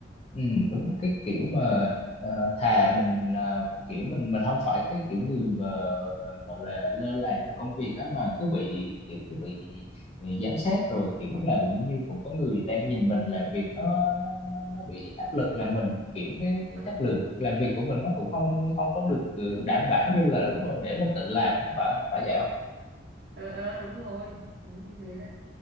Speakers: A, on the left (about 35°); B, on the right (about 60°).
A: ừ, đúng cái kiểu mà ờ, thà mình ờ, kiểu mình mình không phải cái kiểu người mà gọi là lơ là trong công việc á mà cứ bị kiểu cứ bị bị giám sát rồi kiểu lúc nào cũng như cũng có người đang nhìn mình làm việc nó nó nó, nó bị áp lực làm mình kiểu cái cái
B: Ờ.
A: chất lượng làm việc của mình nó cũng không không có được ờ, đảm bảo như là lúc mà để mình tự làm không phải phải vậy không
B: ờ ờ đúng rồi đúng như thế đấy